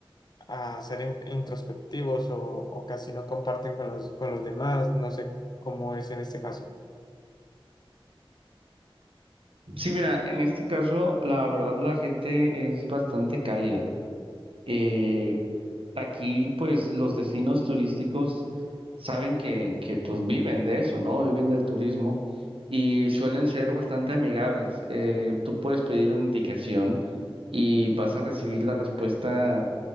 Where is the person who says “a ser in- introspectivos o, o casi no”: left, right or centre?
Left